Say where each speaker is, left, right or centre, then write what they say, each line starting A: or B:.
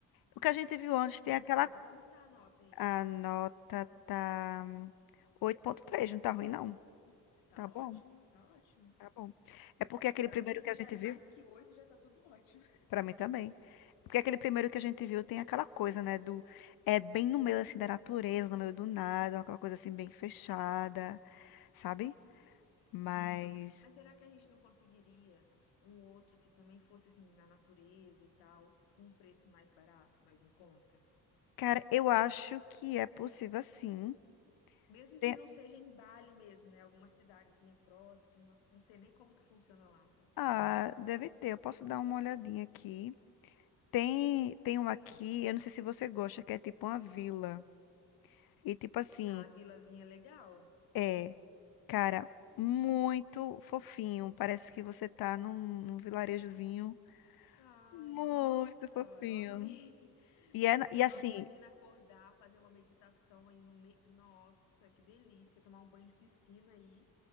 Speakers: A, on the left; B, on the left.
A: o que a gente viu antes tem
B: E
A: aquela.
B: a nota? Como que tá a nota aí?
A: A nota tá 8,3, não tá ruim, não.
B: Tá
A: Tá bom,
B: ótimo, tá ótimo.
A: tá bom. É porque aquele
B: Pra
A: primeiro
B: mim, se
A: que a
B: já
A: gente
B: é
A: viu,
B: mais que oito, já tá tudo ótimo.
A: pra mim também. Porque aquele primeiro que a gente viu tem aquela coisa, né, do. É bem no meio, assim, da natureza, no meio do nada, aquela coisa, assim, bem fechada. sabe? Uhum.
B: Uhum.
A: Mas,
B: Mas será que a gente não conseguiria um outro que também fosse assim na natureza e tal, com um preço mais barato, mais em conta?
A: cara, eu acho que é possível sim.
B: Mesmo
A: Tem-
B: que não seja em Bali mesmo, né? Alguma cidadezinha próxima. Não sei nem como que funciona lá as
A: Ah,
B: cidades.
A: deve ter. Eu posso dar uma olhadinha aqui. Tem, tem um aqui, eu não sei se você gosta, que é tipo uma vila. E tipo assim,
B: Ah, a vilazinha é legal.
A: é, cara, muito fofinho. Parece que você tá num, num vilarejozinho
B: Ai,
A: muito
B: nossa,
A: fofinho.
B: eu amei. <laughs>
A: E, é, na- e
B: Nossa,
A: assim,
B: imagina acordar, fazer uma meditação aí no meio. Nossa, que delícia, tomar um banho de piscina aí.